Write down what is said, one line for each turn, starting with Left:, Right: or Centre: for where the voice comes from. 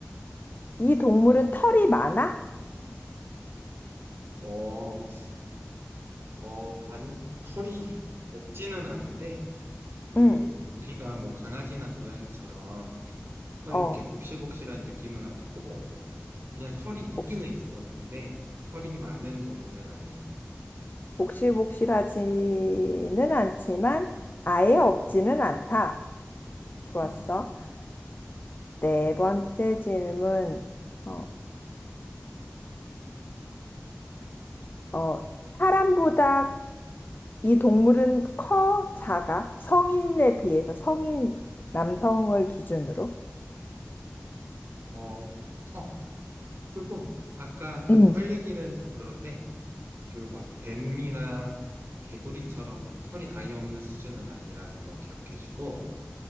Left: 이 동물은 털이 많아?
Right: 어, 어, 아니, 털이 없지는 않은데, 그,
Left: 응.
Right: 우리가 뭐 강아지나 고양이처럼 털이
Left: 어,
Right: 이렇게 복실복실한 느낌은 아니고, 그냥 털이 있기는
Left: 복시-
Right: 있어. 근데 털이 많은 동물은 아니야.
Left: 복실복실하지는 않지만 아예 없지는 않다. 좋았어.
Right: 음, 음.
Left: 네 번째 질문. 어, 어, 사람보다 이 동물은 커? 작아? 성인에 비해서 성인 남성을 기준으로?
Right: 어, 커. 크고, 아까 그
Left: 응,
Right: 털 얘기를 해서 그러는데, 그 막 뱀이나 개구리처럼 막 털이 아예 없는 수준은 아니라는 거 기억해주고,